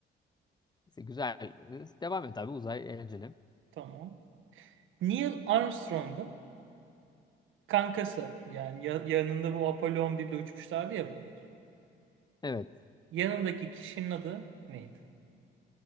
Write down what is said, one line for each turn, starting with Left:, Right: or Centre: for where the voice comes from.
Left: Neyse, Güzel. Ee, Devam et abi. Uzay eğlenceli.
Right: tamam. Neil Armstrong'un Kankası yani ya- yanında bu Apollo 11'de uçmuşlardı ya bunlar.
Left: Evet.
Right: Yanındaki kişinin adı neydi?